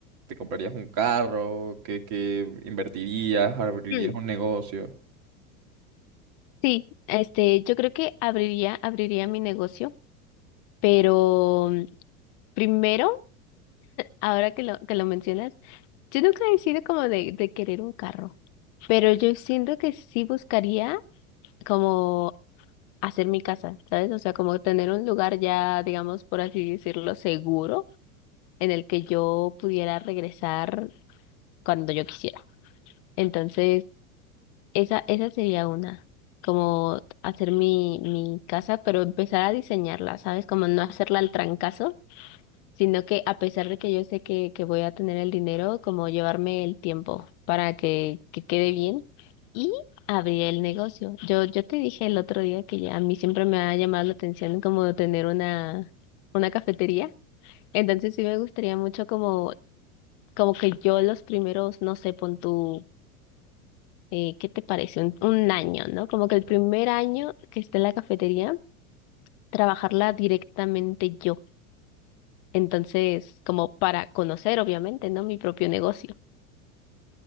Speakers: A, on the right; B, on the left.
A: te comprarías un carro, que, que invertirías, abrirías
B: Mm,
A: un negocio.
B: Sí, este, yo creo que abriría, abriría mi negocio, pero mm, primero, ahora que lo, que lo mencionas, yo nunca he sido como de, de querer un carro. Pero yo siento que sí buscaría como hacer mi casa, ¿sabes? O sea, como tener un lugar ya, digamos, por así decirlo, seguro en el que yo pudiera regresar cuando yo quisiera. Entonces, esa, esa sería una, como hacer mi, mi casa, pero empezar a diseñarla, ¿sabes? Como no hacerla al trancazo, sino que a pesar de que yo sé que, que voy a tener el dinero, como llevarme el tiempo para que, que quede bien y abrir el negocio. Yo, yo te dije el otro día que ya a mí siempre me ha llamado la atención como tener una, una cafetería. Entonces sí me gustaría mucho como, como que yo los primeros, no sé, pon tú, eh, ¿qué te parece? Un, un año, ¿no? Como que el primer año que esté en la cafetería, trabajarla directamente yo Entonces, como para conocer, obviamente, ¿no? Mi propio negocio.